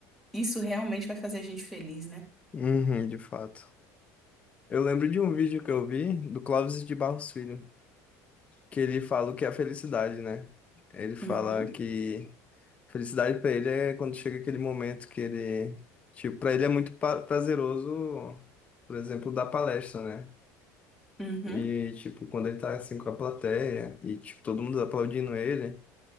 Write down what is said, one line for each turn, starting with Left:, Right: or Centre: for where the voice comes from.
Centre: isso realmente vai fazer a gente feliz, né?
Left: Uhum, de fato. Eu lembro de um vídeo que eu vi do Clóvis de Barros Filho, que ele fala o que é a felicidade, né? Ele fala
Centre: Uhum,
Left: que felicidade pra ele é quando chega aquele momento que ele. Tipo, pra ele é muito pa- prazeroso, por exemplo, dar palestra, né?
Centre: uhum,
Left: E, tipo, quando ele tá assim com a plateia e, tipo, todo mundo aplaudindo ele,